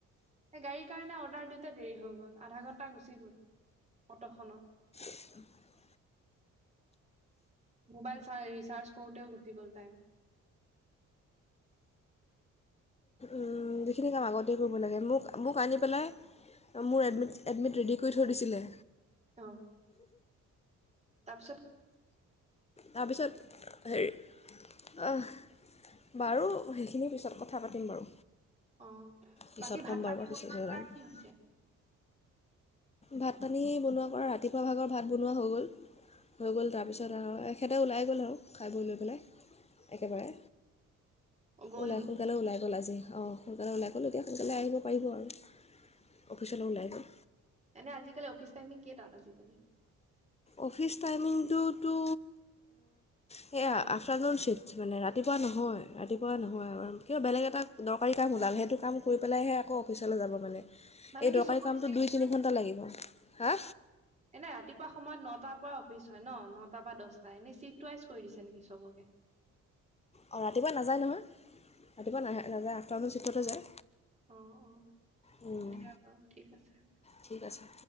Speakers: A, on the right (about 20°); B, on the left (about 20°).
A: গাড়ীৰ কাৰণে অৰ্ডাৰ দিওঁতে দেৰি হৈ গ'ল আধা ঘণ্টা গুচি গ'ল অটোখনত।
B: <inaudible>
A: মোবাইল চাই ৰিচাৰ্জ কৰোতে গুচি গ'ল টাইমটো।
B: উম', যিখিনি কাম আগতে কৰিব লাগে মোক-মোক আনি পেলাই মোৰ এডমিট-এডমিট ৰেডি কৰি থৈ দিছিলে।
A: অ'। তাৰপিছত
B: তাৰপিছত হেৰি অ'। বাৰু, সেইখিনিৰ পিছত কথা পাতিম বাৰু।
A: অ
B: পিছত
A: বাকী ভাত
B: ক'ম
A: পানী
B: বাৰু
A: বনোৱা
B: পিছত <unintelligible>
A: কৰা কি হৈছে
B: ভাত পানী বনোৱা কৰা ৰাতিপুৱা ভাগৰ ভাত বনোৱা হৈ গ'ল। হৈ গ'ল তাৰপিছত আৰু এখেতে ওলাই গ'ল আৰু খাই বৈ পেলাই। একেবাৰে
A: অ গ'ল
B: ওলাল-
A: নেকি
B: সোনকালে ওলাই গ'ল আজি, অ'। সোনকালে
A: অ
B: ওলাই গ'ল এতিয়া সোনকালে আহিব পাৰিব আৰু অফিচলৈ ওলাই গ'ল।
A: এনে আজিকালি অফিচ টাইমিং কেইতাত আজিকালি
B: অফিচ টাইমিংটোতো সেয়া
A: নে আগত
B: আফটাৰনোন চিট। মানে ৰাতিপুৱা নহয়, ৰাতিপুৱা নহয় কিবা বেলেগ এটা দৰকাৰী কাম ওলাল সেইটো কাম ফুৰি পেলাইহে আকৌ অফিচলৈ যাব মানে
A: মানে
B: এই
A: কি
B: দৰকাৰী
A: চবৰে
B: কামটো
A: চিফ্ট
B: দুই তিনি
A: ৱাইজ
B: ঘণ্টা লাগিব, হা
A: এনে ৰাতিপুৱা সময়ত নটাৰ পৰা অফিচ হয় ন নটাৰ পৰা দহটা এনেই চিফ্ট ৱাইজ কৰি দিছে নেকি চবকে?
B: অ', ৰাতিপুৱা নাযায় নহয় ৰাতিপুৱা না- নাযায় আফটাৰনোন চিফ্টতে যায়।
A: অ', অ'
B: হুম
A: দিয়া বাৰু ঠিক আছে।
B: ঠিক আছে।